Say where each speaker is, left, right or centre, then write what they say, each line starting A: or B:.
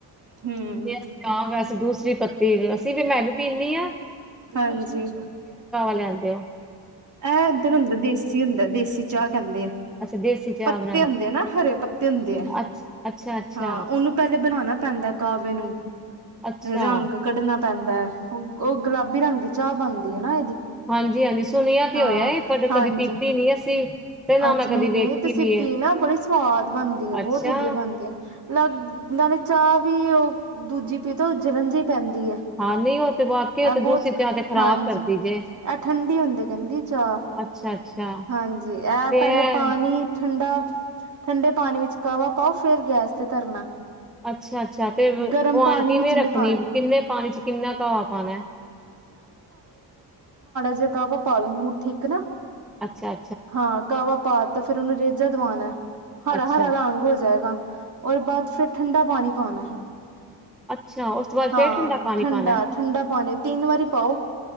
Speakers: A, on the right; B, in the centre.
A: ਹਮ
B: ਜੇ ਅਸੀਂ ਆ ਵੈਸੇ ਦੂਸਰੀ ਪੱਤੀ ਜੇ ਅਸੀ ਤੇ ਫਿਰ ਮੈਂ ਵੀ ਪੀਣੀ ਹਾਂ।
A: ਹਾਂਜੀ
B: ਲਿਆਂਦੇ ਹੋ?
A: ਏਹ ਇੱਧਰ ਹੁੰਦਾ ਦੇਸੀ ਹੁੰਦਾ ਦੇਸੀ। <unintelligible> ਕਹਿੰਦੇ ਹੈ
B: ਅੱਛਾ ਦੇਸੀ ਚਾਹ
A: ਪੱਤੇ
B: ਬਣਾਂਦੇ,
A: ਹੁੰਦੇ ਨਾ ਹਰੇ ਪੱਤੇ ਹੁੰਦੇ ਹੈ
B: ਅੱਛਾ, ਅੱਛਾ-ਅੱਛਾ,
A: ਹਾਂ ਉਹਨੂੰ ਪਹਿਲੇ ਬਣਾਉਣਾ ਪੈਂਦਾ ਕਾਹਵੇ ਨੂੰ।
B: ਅੱਛਾ।
A: ਰੰਗ ਕੱਢਣਾ ਪੈਂਦਾ ਹੁਣ। ਉਹ ਗੁਲਾਬੀ ਰੰਗ ਦੀ ਚਾਹ ਬਣਦੀ ਹੈ ਨਾ
B: ਹਾਂਜੀ ਹਾਂਜੀ ਸੁਣਿਆ ਤੇ
A: ਹਾਂ
B: ਹੋਇਆ ਏ ਪਰ
A: ਹਾਂਜੀ
B: ਕਦੇ ਪੀਤੀ ਨੀ ਅਸੀਂ। ਤੇ ਨਾ
A: ਅੱਛਾ
B: ਮੈਂ ਕਦੀ
A: ਨਹੀਂ-
B: ਵੇਖੀ
A: ਨਹੀਂ ਏ ਤੇ ਸਿੱਪੀ
B: ਵੀ
A: ਏ ਨਾ ਬੜੀ ਸਵਾਦ ਬਣਦੀ ਆ
B: ਅੱਛਾ,
A: ਬਹੁਤ ਵਧੀਆ ਬਣਦੀ। ਲੱਗ ਨਾਲੇ ਚਾਹ ਵੀ ਉਹ ਦੂਜੀ ਪੀਤੋ ਜਲਨ ਜਿ ਪੈਂਦੀ ਹੈ,
B: ਹਾਂ ਨਹੀਂ ਉਹ ਤੇ ਵਾਕਈ ਉਹ
A: ਇਹ
B: ਤੇ ਦੂਸਰੀ
A: ਬਹੁਤ
B: ਚਾਹ ਤੇ ਖ਼ਰਾਬ
A: ਹਾਂਜੀ
B: ਕਰਦੀ
A: ਇਹ
B: ਜੇ।
A: ਠੰਡੀ ਹੁੰਦੀ ਚਾਹ
B: ਅੱਛਾ-ਅੱਛਾ
A: ਹਾਂਜੀ ਏ
B: ਤੇ
A: ਪਹਿਲੇ
B: ਇਹ
A: ਪਾਣੀ ਠੰਡਾ ਠੰਡੇ ਪਾਣੀ ਵਿੱਚ ਕਾਹਵਾ ਪਾਓ ਫਿਰ ਗੈਸ ਤੇ ਧਰਨਾ।
B: ਅੱਛਾ ਅੱਛਾ ਤੇ
A: ਗਰਮ
B: ਕੁਆਨਿਟੀ
A: ਪਾਣੀ ਵਿੱਚ
B: ਕਿਵੇਂ
A: ਨਹੀਂ
B: ਰੱਖਣੀ
A: ਪਾਣਾ
B: ਕਿੰਨੇ ਪਾਣੀ ਚ ਕਿੰਨਾ ਕਾਹਵਾ ਪਾਉਣਾ।
A: ਜੇ ਕਾਹਵਾ ਪਾਲੋ ਮੂੰਹ ਠੀਕ ਏ ਨਾ।
B: ਅੱਛਾ
A: ਹਾਂ ਕਾਹਵਾ ਤਾ ਤੇ ਫਿਰ ਉਹਨੂੰ ਰੇਜਾ ਦਵਾਉਣਾ। ਹਰਾ
B: ਅੱਛਾ,
A: ਹਰਾ ਰੰਗ ਹੋ ਜਾਏਗਾ। ਉਹਦੇ ਬਾਅਦ ਫਿਰ ਠੰਡਾ ਪਾਣੀ ਪਾਉਣਾ।
B: ਅੱਛਾ ਉਸ ਤੋਂ ਬਾਅਦ
A: ਹਾਂ
B: ਫੇਰ ਠੰਡਾ ਪਾਣੀ
A: ਠੰਡਾ
B: ਪਾਣਾ, ਹੈ।
A: ਠੰਡਾ ਪਾਣੀ ਤਿੰਨ ਵਾਰੀ ਪਾਓ।